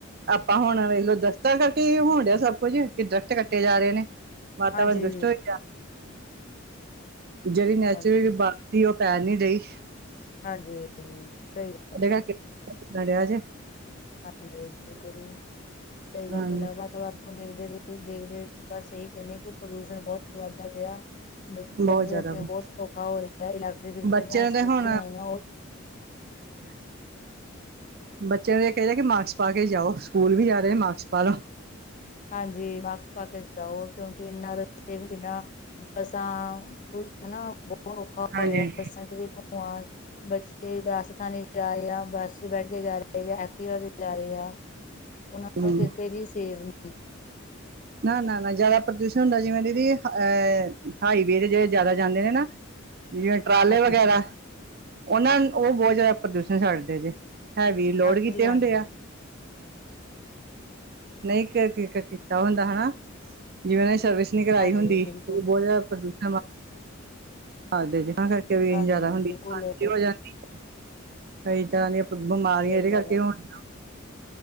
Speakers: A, on the right; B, on the left.
A: ਆਪਾਂ ਹੁਣ ਵੇਖਲੋ ਦਰਖਤਾਂ ਕਰਕੇ ਹੋਣ ਡਿਆ, ਸਭ ਕੁੱਝ ਕਿ ਦਰਖਤ ਕੱਟੇ ਜਾ ਰਹੇ ਨੇ। ਵਾਤਾਵਰਨ
B: ਹਾਂਜੀ
A: ਦੁਸ਼ਟ ਹੋਏ ਗਿਆ, ਜਿਹੜੀ ਨੈਚੁਰਲੀ
B: ਹਾਂਜੀ
A: ਬਾ ਕੀ ਉਹ ਪੈ ਨੀ ਰਹੀ?
B: ਹਾਂਜੀ-ਹਾਂਜੀ, ਸਹੀ ਗੱਲ
A: <unintelligible>
B: ਆ ਹਾਂਜੀ, ਬਿਲਕੁਲ ਜੀ, ਸਹੀ ਗੱਲ
A: ਹਾਂਜੀ
B: ਹੈ, ਵਾਤਾਵਰਨ ਓ ਦੇਖਦੇ-ਦੇਖਦੇ ਬਸ ਇਹੀ ਕਹਿੰਦੇ ਕਿ ਪ੍ਰਦੂਸ਼ਣ ਬਹੁਤ ਵੱਧਦਾ ਪਿਆ। ਬੱਚਿਆਂ
A: ਬਹੁਤ
B: ਨੂੰ ਵੀ
A: ਜ਼ਿਆਦਾ
B: ਅੱਗੇ
A: ਵਾ
B: ਬਹੁਤ ਓਖਾ ਹੋ ਰਿਹਾ, ਇਲੈਕਟ੍ਰਿਕ ਜਿਹੜੀਆਂ
A: ਬੱਚਿਆਂ
B: ਸਕੂਟੀਆਂ
A: ਦੇ ਹੁਣ
B: ਆਈਆਂ ਉਹ ਵੀ
A: <unintelligible> ਬੱਚਿਆਂ ਨੂੰ ਇਹ ਕਹੀ ਦਾ ਕਿ ਮਾਰਕਸ ਪਾ ਕੇ ਜਾਓ, ਸਕੂਲ ਵੀ ਜਾ ਰਹੇ ਮਾਰਕਸ ਪਾ ਲਓ।
B: ਹਾਂਜੀ, ਮਾਸਕ ਪਾ ਕੇ ਜਾਓ ਕਿਉਂਕਿ ਇਨਾਂ ਰਸਤੇ ਵਿੱਚ ਇਨਾ, ਬੱਸਾਂ ਹੈਨਾ, ਬਹੁਤ ਔਖਾ
A: ਹਾਂਜੀ।
B: ਹੋ ਰਿਹਾ ਬੱਸਾਂ ਚ ਵੀ ਧੂੰਆਂ ਬੱਚੇ ਦੱਸ ਥਾਨੇ ਜਾ ਰਹੇ ਆ, ਬੱਸ ਚ ਬੈਠ ਕੇ ਜਾ ਰਹੇ ਆ, ਐਕਟਿਵਾ ਤੇ ਜਾ ਰਹੇ ਆ ਉਹਨਾ
A: ਹੂੰ
B: <unintelligible> ਕਿਤੇ ਵੀ ਸੇਵ ਨੀਂ।
A: ਨਾ-ਨਾ-ਨਾ, ਜ਼ਿਆਦਾ ਪ੍ਰਦੂਸ਼ਣ ਹੁੰਦਾ ਜਿਵੇਂ ਦੀਦੀ ਅ ਹਾਈਵੇ ਦੇ ਜਿਹੜੇ ਜ਼ਿਆਦਾ ਜਾਂਦੇ ਨੇ ਨਾ ਜਿਵੇਂ ਟਰਾਲੇ
B: ਹਾਂਜੀ
A: ਵਗੈਰਾ, ਉਹਨਾਂ-ਉਹ ਬਹੁਤ ਜ਼ਿਆਦਾ ਪ੍ਰਦੂਸ਼ਣ ਛਡਦੇ ਜੇ। ਹੈਵੀ ਲੋੜ
B: ਹਾਂਜੀ
A: ਕੀਤੇ
B: ਹਾਂਜੀ
A: ਹੁੰਦੇ ਆ, ਨਹੀਂ ਕਕੇ ਕ ਉਹ ਹੁੰਦਾ ਹੈਨਾ, ਜਿਵੇਂ ਉਹਨੇ ਸਰਵਿਸ ਨਹੀਂ ਕਰਵਾਈ
B: ਹਾਂਜੀ
A: ਹੁੰਦੀ,
B: ਬਿਲਕੁਲ
A: ਬਹੁਤ ਜ਼ਿਆਦਾ ਪ੍ਰਦੂਸ਼ਣ ਹਾਂਜੀ ਜੀ, ਤਾਂ ਕਰਕੇ ਵੀ
B: ਹਾਂਜੀ
A: ਜਿਆਦਾ ਹੁੰਦੀ,
B: ਬਿਲਕੁਲ
A: ਹੋ ਜਾਂਦੀ ਕਈ ਤਰ੍ਹਾਂ ਦੀਆਂ ਬਿਮਾਰੀਆਂ
B: ਸਹੀ
A: ਇਹਦੇ
B: ਗੱਲ
A: ਕਰਕੇ
B: ਹੈ
A: ਹੁਣ